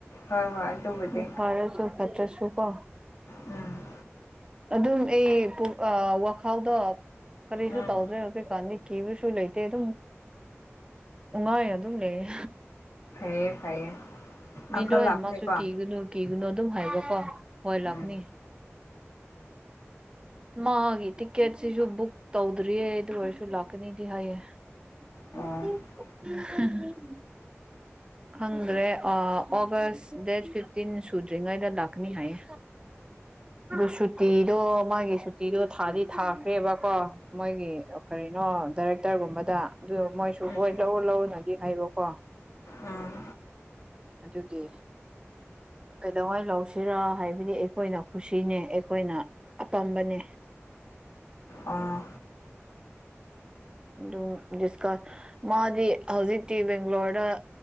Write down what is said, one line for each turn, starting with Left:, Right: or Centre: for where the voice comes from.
Left: ꯍꯣꯏ ꯍꯣꯏ ꯑꯗꯨꯕꯨꯗꯤ
Right: <unintelligible> ꯐꯥꯔꯁꯨ ꯐꯠꯇ꯭ꯔꯁꯨ ꯀꯣ
Left: ꯎꯝ
Right: ꯑꯗꯨꯝ ꯑꯩ ꯄꯨꯛ ꯑ ꯋꯥꯈꯜꯗꯣ ꯀꯔꯤꯁꯨ
Left: ꯎꯝ
Right: ꯇꯧꯗ꯭ꯔꯦ ꯀꯩꯀꯥꯟꯗꯤ ꯀꯤꯕꯁꯨ ꯂꯩꯇꯦ ꯑꯗꯨꯝ ꯅꯨꯡꯉꯥꯏ ꯑꯗꯨꯝ ꯂꯩꯌꯦ
Left: ꯐꯩꯌꯦ ꯐꯩꯌꯦ
Right: ꯃꯤ
Left: ꯑꯪꯀꯜ
Right: ꯂꯣꯏꯅꯃꯛꯁꯨ
Left: ꯂꯥꯛꯄꯅꯦꯀꯣ
Right: ꯀꯤꯒꯨꯅꯨ ꯀꯤꯒꯨꯅꯨ ꯑꯗꯨꯝ ꯍꯥꯏꯕꯀꯣ ꯍꯣꯏ ꯂꯥꯛꯀꯅꯤ
Left: ꯎꯝ
Right: ꯎꯝ ꯃꯥꯒꯤ ꯇꯤꯛꯀꯦꯠꯁꯤꯁꯨ ꯕꯨꯛ ꯇꯧꯗ꯭ꯔꯤꯌꯦ ꯑꯗꯨ ꯑꯣꯏꯔꯁꯨ ꯂꯥꯛꯀꯅꯤꯗꯤ ꯍꯥꯏꯌꯦ <unintelligible>
Left: ꯑꯣ ꯑꯥ
Right: ꯈꯪꯗ꯭ꯔꯦ ꯑ ꯑꯣꯒꯁ ꯗꯦꯠ ꯐꯤꯐꯇꯤꯟ ꯁꯨꯗ꯭ꯔꯤꯉꯩꯗ ꯂꯥꯛꯀꯅꯤ ꯍꯥꯏꯌꯦ ꯗꯨ ꯁꯨꯇꯤꯗꯣ ꯃꯥꯒꯤ ꯁꯨꯇꯤꯗꯣ ꯊꯥꯗꯤ ꯊꯥꯈ꯭ꯔꯦꯕꯀꯣ ꯃꯣꯏꯒꯤ ꯀꯔꯤꯅꯣ ꯗꯥꯏꯔꯦꯛꯇꯔꯒꯨꯝꯕꯗ ꯑꯗꯨ ꯃꯣꯏꯁꯨ
Left: ꯎꯝ
Right: ꯍꯣꯏ ꯂꯧꯎ ꯂꯧꯎꯅꯗꯤ ꯍꯥꯏꯕꯀꯣ
Left: ꯎꯝ
Right: ꯑꯗꯨꯒꯤ ꯀꯩꯗꯧꯉꯥꯩ ꯂꯧꯁꯤꯔꯥ ꯍꯥꯏꯕꯗꯤ ꯑꯩꯈꯣꯏꯅ ꯈꯨꯁꯤꯅꯦ ꯑꯩꯈꯣꯏꯅ ꯑꯄꯥꯝꯕꯅꯦ
Left: ꯑꯥ
Right: ꯑꯗꯨ ꯗꯤꯁꯀꯠ ꯃꯥꯗꯤ ꯍꯧꯖꯤꯛꯇꯤ ꯕꯦꯡꯒ꯭ꯂꯣꯔꯗꯥ